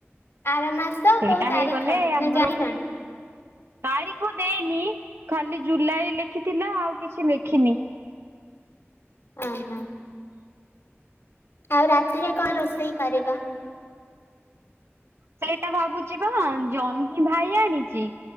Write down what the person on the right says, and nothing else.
ସେଇଟା
ହେଇଗଲେ
ଆମର
ତାରିଖ ଦେଇନି, ଖାଲି ଜୁଲାଇ ଲେଖିଥିଲା ଆଉ କିଛି ଲେଖିନି।
ସେଇଟା ଭାବୁଛିପା ବା ଜହ୍ନି ଭାଇ ଆଣିଛି।